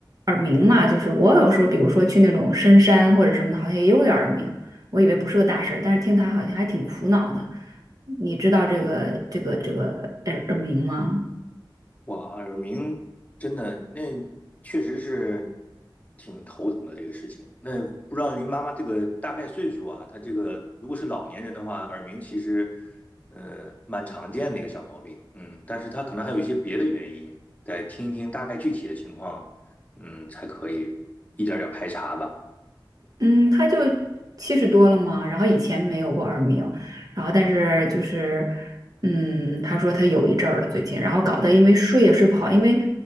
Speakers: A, on the right; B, on the left.
A: 耳鸣嘛，就是我有时候比如说去那种深山或者什么的，好像也有点耳鸣，我以为不是个大事儿，但是听她好像还挺苦恼的。你知道这个这个这个耳耳鸣吗？
B: 哇，耳鸣真的那确实是挺头疼的这个事情。那不知道您妈妈这个大概岁数啊？她这个如果是老年人的话，耳鸣其实呃蛮常见的一个小毛病。嗯，但是她可能还有一些别的原因，得听一听大概具体的情况，嗯，才可以一点儿点儿排查吧。
A: 嗯，他就七十多了嘛，然后以前没有过耳鸣，然后但是就是，嗯，他说他有一阵儿了最近，然后搞得因为睡也睡不好，因为